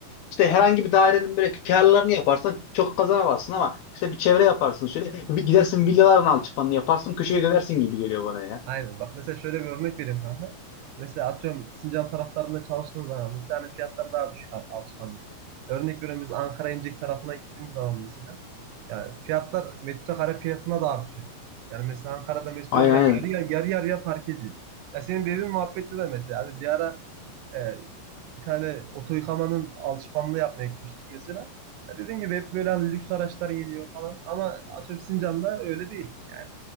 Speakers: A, on the left; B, on the right.
A: işte herhangi bir dairenin böyle karlarını yaparsın çok kazanamazsın ama işte bir çevre yaparsın şöyle bir gidersin villaların alçıpanını yaparsın köşeye dönersin gibi geliyor bana ya.
B: Aynen. Bak mesela şöyle bir örnek vereyim kanka. Mesela atıyorum Sincan taraflarında çalıştığın zaman mesela hani fiyatlar daha düşük al- alışverişte. Örnek veriyorum biz Ankara İncek tarafına gittiğimiz zaman mesela yani fiyatlar metrekare fiyatına da artıyor. Yani mesela Ankara'da mesela
A: Aynen
B: ya
A: aynen.
B: yarı yarı yarı yarıya fark ediyor. Ya senin dediğin muhabbette de mesela hani bir ara e, bir tane oto yıkamanın alışkanlığı yapmaya gitmiştik mesela. Ya dediğim gibi hep böyle hani lüks araçlar geliyor falan ama atıyorum Sincan'da öyle değil yani.